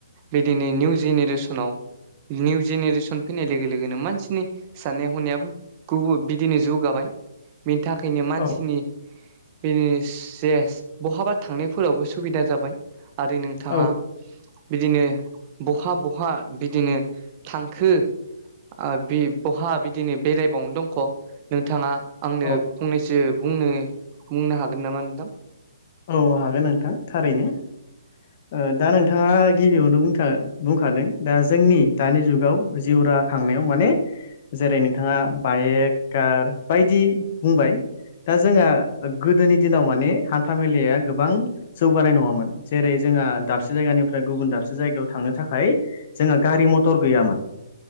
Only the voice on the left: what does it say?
औ
औ
औ
औ हागोन नोंथां थारैनो ओ दा नोंथाङा गिबियावनो बुंथा बुंखादों दा जोंनि दानि जुगाव जिउ रा खांनायाव माने जेरै नोंथाङा बाइक कार बायदि बुंबाय दा जोंहा गोदोनि दिनाव माने हान्था मेलाया गोबां जौगानाय नङामोन जेरै जोंहा दाबसे जायगानिफ्राय गुबुन दाबसे जायगायाव थांनो थाखाय जोंहा गारि मथर गैयामोन